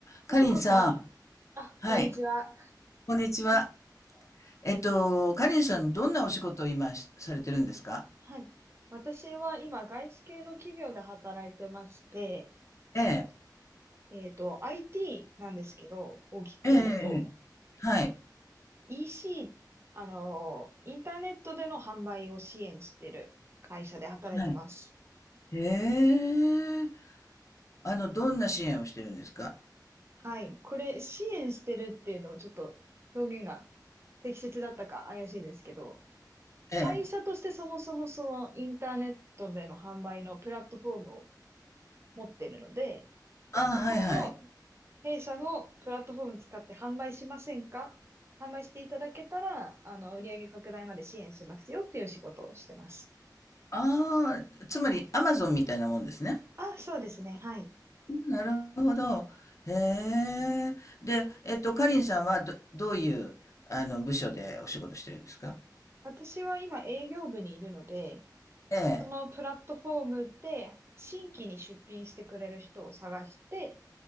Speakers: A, on the right; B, on the left.
A: あそこさん、
B: かりんさん、
A: あ、
B: はい、
A: こんにちは。
B: こんにちは。えっと、かりんさん、どんなお仕事を今しされてるんですか
A: はい。私は今、外資系の企業で働いてまして、
B: ええ、
A: えっと、IT なんですけど、大きく言うと、
B: ええ、ええ、はい、
A: EC、あのー、インターネットでの販売を支援してる会社で働いてます。
B: はい。ええ、あの、どんな支援をしてるんですか
A: はい。これ、支援してるっていうのをちょっと表現が適切だったか怪しいんですけど、
B: ええ、
A: 会社としてそもそもそのインターネットでの販売のプラットフォームを持ってるので、
B: ああ、
A: そこの
B: はい、はい。
A: 弊社のプラットフォーム使って販売しませんか販売していただけたら、あの、売上拡大まで支援しますよっていう仕事をしてます。
B: ああ、つまり、アマゾンみたいなもんですね。
A: あ、そうですね。はい。
B: なるほど。へえ。で、えっと、かりんさんはど、どういう、あの、部署でお仕事してるんですか
A: 私は今営業部にいるので、
B: ええ、
A: そのプラットフォームで新規に出品してくれる人を探して、